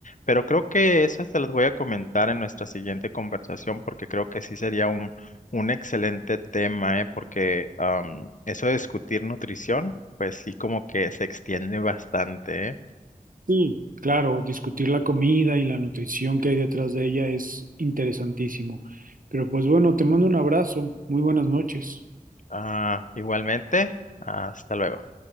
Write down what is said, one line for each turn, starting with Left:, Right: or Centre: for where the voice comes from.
Left: pero creo que esas te las voy a comentar en nuestra siguiente conversación porque creo que sí sería un, un excelente tema, ¿eh? Porque am, eso de discutir nutrición, pues sí como que se extiende bastante, ¿eh?
Right: Sí, claro, discutir la comida y la nutrición que hay detrás de ella es interesantísimo. Pero pues bueno, te mando un abrazo, muy buenas noches,
Left: Ah, igualmente, hasta luego.